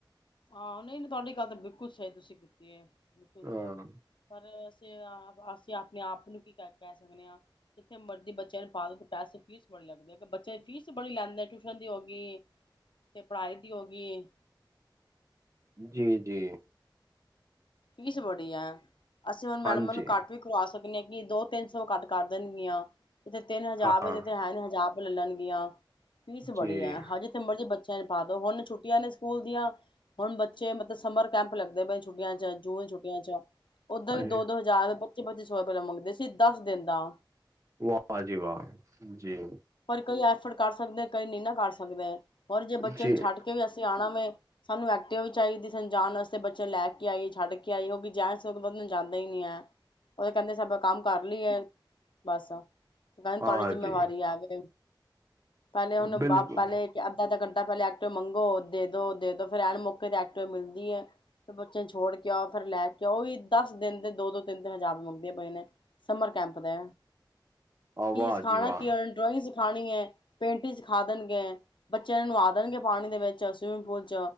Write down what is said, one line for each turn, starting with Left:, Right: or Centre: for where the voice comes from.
Left: ਹਾਂ, ਨਹੀਂ ਨਹੀ ਤੁਹਾਡੀ ਗੱਲ ਤਾਂ ਬਿਲਕੁਲ ਸਹੀ ਤੁਸੀਂ ਕੀਤੀ ਹੈ। ਬਿਲਕੁਲ
Right: ਹਾਂ
Left: ਸਹੀ। ਪਰ ਅਸੀਂ ਅਸੀਂ ਆਪਣੇ ਆਪ ਨੂੰ ਕੀ ਕ ਕਹਿ ਸਕਦੇ ਹਾਂ ਜਿੱਥੇ ਮਰਜ਼ੀ ਬੱਚਿਆਂ ਨੂੰ ਪਾ ਦਿਓ ਪੈਸੇ ਫੀਸ ਬੜੇ ਲੱਗਦੀ ਹੈ। ਬੱਚਿਆਂ ਦੀ ਫੀਸ ਬੜੀ ਲੈਂਦੇ ਟਿਊਸ਼ਨ ਦੀ ਹੋ ਗਈ ਪੜਾਈ ਵੀ ਹੋ ਗਈ ਏ
Right: ਜੀ ਜੀ।
Left: ਫੀਸ ਬੜੀ ਹੈ ਅਸੀਂ ਹੁਣ ਮੈਡਮਾ
Right: ਹਾਂਜੀ
Left: ਨੂੰ ਘਟ ਵੀ ਕਰਵਾ ਸਕਦੇ ਹ ਕਿ ਦੋ ਤਿੰਨ ਸੌ ਘਟ ਕਰ ਦੇਣਗੀਆਂ ਇਹ ਤਿੰਨ ਹਜ਼ਾਰ
Right: ਹਾਂ
Left: ਇਦੇ ਤੇ ਹੈ ਹਜ਼ਾਰ ਲੈਲੰਗੀਆਂ ਫੀਸ
Right: ਜੀ
Left: ਬੜੀ ਐ ਹਜੇ ਮਰੀ ਬੱਚਿਆਂ ਨਿ ਪਾ ਦੋ ਹੁਣ ਛੁੱਟੀਆਂ ਨੇ ਸਕੂਲ ਦੀਆਂ ਹੁਣ ਬੱਚੇ ਮਤਲਬ ਸਮਰ ਕੈਂਪ ਲੱ ਛੁੱਟੀਆਂ ਚ ਜੂਨ ਛੁੱਟੀਆਂ ਚ ਓਦਰ
Right: ਹਾਂਜੀ
Left: ਵੀ ਦੋ ਦੋ ਹਜ਼ਾਰ ਪੱਚੀ ਪੱਚੀ ਸੌ ਰੂਪਏ ਮੰਗਦੇ ਸੀ ਦਸ ਦਿਨ ਦਾ।
Right: ਵਾਹ ਜੀ ਵਾਹ ਜੀ
Left: ਪਰ ਕਈ ਐਫਰਟ ਕਰ ਸਕਦੇ ਕਈ ਨਹੀਂ ਨਾ ਕਰ ਸਕਦੇ ਪਰ ਜੇ ਬੱਚੇ
Right: ਜੀ
Left: ਨੂੰ ਛੱਡ ਕੇ ਵੀ ਅਸੀਂ ਆਣਾ ਵੇ ਸਾਨੂੰ ਐਕਟਿਵਾ ਚਾਈਦੀ ਸੀ ਜਾਣ ਵਾਸਤੇ ਬੱਚੇ ਲੈ ਕੇ ਆਈਏ ਛੱਡ ਕੇ ਆਈਏ ਹੋਗੀ ਜ ਬਾ ਨੂੰ ਜਾਂਦਾ ਹੀ ਨਹੀਂ ਹੈ। ਉਹ ਕੈਂਦੇ ਸਭ ਕੰਮ ਕਰ ਲਈ ਹੈ। ਬਸ ਕੈਂਦੇ
Right: ਹਾਂ
Left: ਤੁਹਾਡੀ ਜਿੰਮੇਵਾਰੀ
Right: ਜੀ
Left: ਆਵੇ ਪਹਿਲੇ ਹੁਣ
Right: ਬਿਲਕੁਲ
Left: <unintelligible> ਪਹਿਲੇ ਕਿ ਅੱਧਾ ਅੱਧਾ ਘੰਟਾ ਪਹਿਲੇ ਐਕਟਿਵਾ ਮੰਗੋ ਦੇ ਦੋ ਦੇ ਦੋ ਫੇਰ ਐਨ ਮੌਕੇ ਤੇ ਐਕਟਿਵਾ ਮਿਲਦੀ ਐ। ਤੇ ਬੱਚੇ ਨੂੰ ਛੋੜ ਕੇ ਆਓ ਫੇਰ ਲੈ ਕੇ ਆਓ ਵੀ ਦਸ ਦਿਨ ਤੇ ਦੋ ਦੋ ਤਿੰਨ ਤਿੰਨ ਹਜ਼ਾਰ ਮੰਗਦੇ ਪਏ ਨੇ। ਸਮਰ ਕੈਂਪ ਦੇ
Right: ਆਹ
Left: ਕੀ
Right: ਵਾਹ
Left: ਸਿਖਾਣਾ
Right: ਜੀ ਵਾਹ
Left: ਕੀ ਉਹ ਡਰੋਇੰਗ ਸਿਖਾਣੀ ਐ ਪੇਂਟਿੰਗ ਸਿਖਾ ਦੇਣਗੇ। ਬੱਚਿਆਂ ਨੂੰ ਨਵਾ ਦੇਣਗੇ ਪਾਣੀ ਦੇ ਵਿੱਚ ਸਵਿਮਿੰਗ ਪੂਲ ਚ